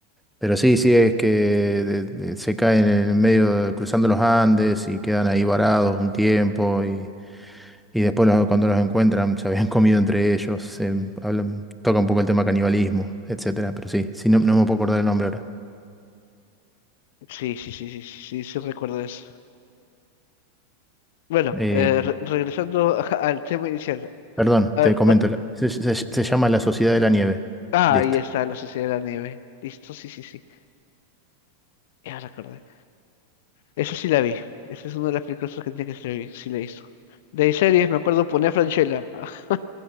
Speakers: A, in the centre; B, on the left.
A: Pero sí, sí, es que de- de- se caen en el medio, cruzando los Andes y quedan ahí varados un tiempo y, y después los- cuando los encuentran se habían <laughs> comido entre ellos, se hablan- toca un poco el tema canibalismo, etcétera. Pero sí, sí, no, no me puedo acordar el nombre ahora.
B: Sí, sí, sí, sí, sí, sí, sí recuerdo eso. Bueno,
A: Eh,
B: eh, re- regresando a- al tema inicial.
A: perdón,
B: A
A: te
B: ver,
A: comento,
B: ot-
A: la- se se- se llama La Sociedad de la Nieve.
B: ah,
A: Listo.
B: ahí está, la Sociedad de la Nieve. Listo, sí, sí, sí. Ya recordé. Eso sí la vi. Esa es una de las películas argentinas que sí la, vi- sí la he visto. De ahí series, me acuerdo, ponía Franchella. <laughs>